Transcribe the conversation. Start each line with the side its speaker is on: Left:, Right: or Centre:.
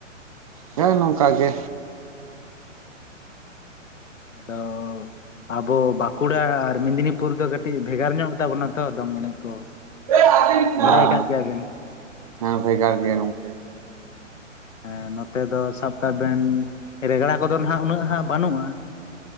Right: ᱦᱮᱸ ᱱᱚᱝᱠᱟ ᱜᱮ᱾
Left: ᱟᱫᱚ ᱟᱵᱚ ᱵᱟᱸᱠᱩᱲᱟ ᱟᱨ ᱢᱮᱫᱽᱱᱤᱯᱩᱨ ᱫᱚ ᱠᱟᱹᱴᱤᱡ ᱵᱷᱮᱜᱟᱨ ᱧᱚᱜ ᱜᱮᱛᱟ ᱵᱚᱱᱟ ᱛᱚ ᱫᱚᱝ ᱮᱱᱮᱡ ᱠᱚ᱾
Right: <unintelligible>
Left: ᱵᱟᱲᱟᱭ ᱠᱟᱜ ᱜᱮᱭᱟ ᱵᱮᱱ
Right: ᱦᱮᱸ ᱵᱷᱮᱜᱟᱨ ᱜᱮᱭᱟ ᱜᱚᱝᱠᱮ᱾
Left: ᱦᱮᱸ ᱱᱚᱛᱮ ᱫᱚ ᱥᱟᱵ ᱠᱟᱜ ᱵᱮᱱ ᱨᱮᱜᱽᱲᱟ ᱠᱚᱫᱚ ᱱᱟᱦᱟᱜ ᱩᱱᱟᱹᱜ ᱦᱟᱸᱜ ᱵᱟᱹᱱᱩᱜ-ᱟ ᱾